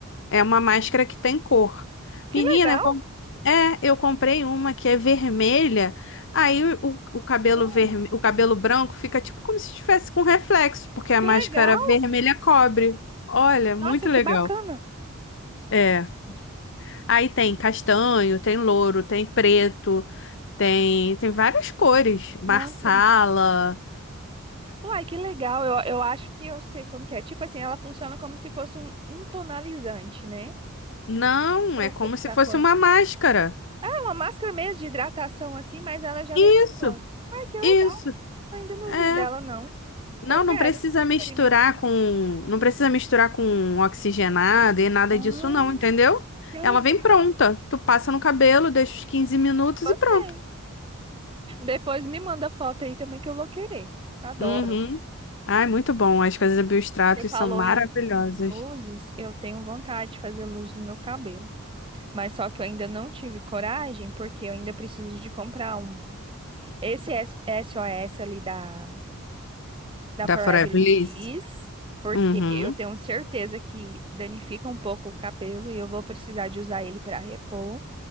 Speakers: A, on the left; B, on the right.
A: É uma máscara que tem cor.
B: que
A: Menina,
B: legal.
A: eu, com- é, eu comprei uma que é vermelha. Aí, o, o cabelo
B: Hum,
A: verme... o cabelo branco fica tipo como se estivesse com reflexo, porque a
B: que
A: máscara
B: legal.
A: vermelha cobre. Olha, muito
B: Nossa, que
A: legal.
B: bacana.
A: É. Aí tem castanho, tem louro, tem preto, tem, tem várias cores. Marsala.
B: Nossa, amiga. Uai, que legal. Eu, eu acho que eu sei como que é. Tipo assim, ela funciona como se fosse um, um tonalizante, né?
A: Não,
B: Pro,
A: é como
B: co-
A: se
B: pra
A: fosse
B: cor.
A: uma máscara.
B: É uma máscara mesmo de hidratação assim, mas ela já
A: Isso,
B: vem com cor. Ai, que legal.
A: isso.
B: Eu ainda não
A: É.
B: vi dela, não.
A: Não,
B: Eu quero
A: não precisa
B: experimentar.
A: misturar com, não precisa misturar com oxigenado e nada
B: Ah,
A: disso não, entendeu?
B: que legal.
A: Ela vem pronta. Tu passa no cabelo, deixa os 15 minutos
B: Gostei.
A: e pronto.
B: Depois me manda foto aí também que eu vou querer. Adoro.
A: Uhum. Ai, muito bom. As coisas da Biostratos
B: Você falou
A: são maravilhosas.
B: em, em luzes, eu tenho vontade de fazer luz no meu cabelo. Mas só que eu ainda não tive coragem, porque eu ainda preciso de comprar um. Esse S- SOS ali da, da
A: Da
B: Forever
A: Forever
B: Liss,
A: Liss.
B: porque
A: Uhum,
B: eu tenho certeza que danifica um pouco o cabelo e eu vou precisar de usar ele para repor.